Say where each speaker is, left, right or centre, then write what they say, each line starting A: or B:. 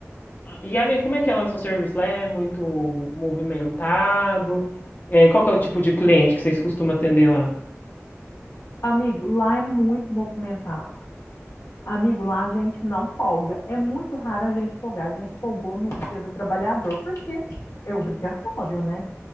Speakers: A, on the left (about 40°); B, on the left (about 80°).
A: E aí, como é que é lá no seu serviço? Lá É muito movimentado? É, qual que é o tipo de cliente que vocês costumam atender lá?
B: Amigo, lá é muito movimentado. Amigo, lá a gente não folga. É muito raro a gente folgar. A gente folgou no Dia do Trabalhador, porque é obrigatório, né?